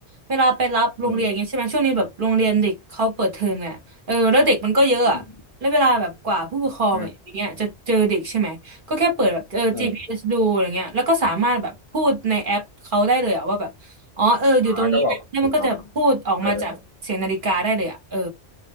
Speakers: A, on the right; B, on the left.
A: เวลาไปรับโรงเรียนอย่างเงี้ยใช่ไหมช่วงนี้แบบโรงเรียนเด็กเขาเปิดเทอมไงเออแล้วเด็กมันก็เยอะอะแล้วเวลาแบบกว่าผู้ปกครองอย่างเงี้ยจะเจอเด็กใช่ไหมก็แค่เปิดแบบเออ
B: อืมอืมอืมอาอืม
A: GPS ดูอะไรเงี้ยแล้วก็สามารถแบบพูดในแอปเขาได้เลยอะว่าแบบอ๋อเอออยู่ตรงนี้นะแล้วมันก็จะพูดออกมาจากเสียงนาฬิกาได้เลยอะเออ
B: อ๋อก็บอกคุณน้องเออเออ